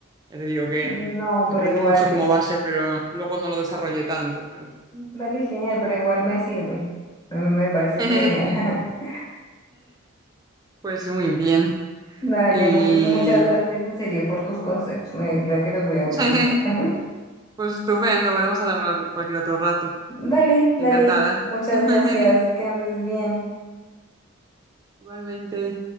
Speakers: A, on the right; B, on the left.
A: ya te digo que
B: No,
A: aprendí
B: pero igual,
A: mucho como
B: eh,
A: base, pero luego no lo desarrollé tanto, pero
B: dale genial, pero igual me sirve. Me, me parece
A: <laughs>
B: genial. <laughs>
A: pues muy bien.
B: Dale,
A: Y
B: mu- muchas gracias en serio por tus consejos. Me, creo que los voy a utilizar.
A: <laughs>
B: <laughs>
A: pues estupendo, podemos hablar cualquier otro rato.
B: Dale, dale,
A: Encantada.
B: muchas
A: <laughs>
B: gracias, que andes bien.
A: Igualmente.